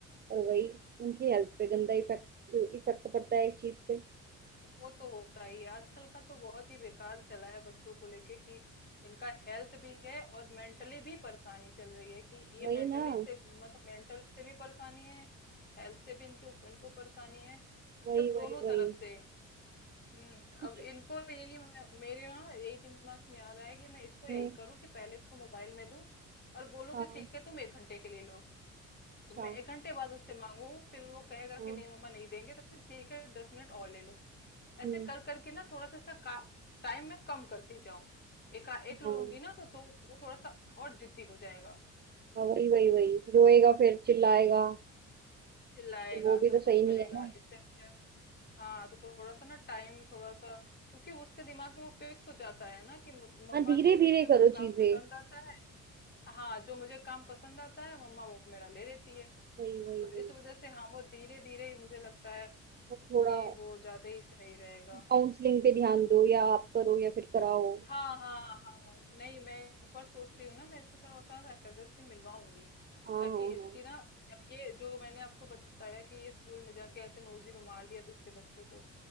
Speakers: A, on the right; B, on the left.
A: और वही उनकी हेल्थ पे गंदा इफेक्ट इफेक्ट पड़ता है इस चीज से
B: वो तो होता ही है आजकल का तो बहुत ही बेकार चला है बच्चों को लेके कि इनका हेल्थ भी है और मेंटली भी परेशानी चल रही है कि ये
A: वही
B: मेंटली
A: ना
B: से मतलब मेंटल से भी परेशानी है हेल्थ से भी इनके उप- इनको परेशानी है
A: वही
B: मतलब दोनों
A: वही वही
B: तरफ से हम्म
A: कुछ
B: अब इनको यही मैं- मेरे ना यही दिमाग में आ रहा है कि मैं इसको यही
A: हम्म,
B: करूं कि पहले इसको मोबाइल में दूं और बोलूं
A: हाँ
B: कि ठीक है तुम एक घंटे के लिए लो
A: अच्छा
B: मैं एक घंटे बाद उससे मांगू फिर वो कहेगा
A: हाँ
B: कि नहीं मम्मा नहीं देंगे तब तक ठीक है दस मिनट और ले लो
A: हम्म
B: ऐसे कर करके ना थोड़ा सा इसका टाइम मैं कम करती जाऊं एका
A: हाँ
B: एक लूंगी ना तो तो वो थोड़ा सा और जिद्दी हो जाएगा
A: हाँ, वही वही वही रोएगा फिर चिल्लाएगा
B: चिल्लाएगा
A: फिर वो भी
B: सब
A: तो सही
B: कुछ करेगा
A: नहीं है ना
B: इससे अच्छा है- हाँ तो थोड़ा सा ना टाइम थोड़ा सा क्योंकि उसके दिमाग में वो फिक्स हो जाता है ना कि म- मम्मा
A: हाँ धीरे
B: जो
A: धीरे
B: मुझे क-
A: करो
B: काम
A: चीजें
B: पसंद आता है हाँ जो मुझे काम पसंद आता है मम्मा वो मेरा ले लेती है
A: वही वही
B: तो इस
A: वही
B: वजह से हाँ वो धीरे धीरे ही मुझे लगता है
A: और थोड़ा
B: कि वो ज्यादा ही सही रहेगा
A: काउंसलिंग पे ध्यान दो या आप करो या फिर कराओ
B: हाँ, हाँ, हाँ। नहीं मैं एक बार सोच रही हूँ ना मैं इसको थोड़ा सा साइकियाट्रिस्ट से मिलवाऊंगी
A: हाँ
B: ताकि
A: हाँ हाँ
B: इसकी ना अब ये जो मैंने आपको बताया कि ये स्कूल में जाके ऐसे नोजी में मार दिया दूसरे बच्चों को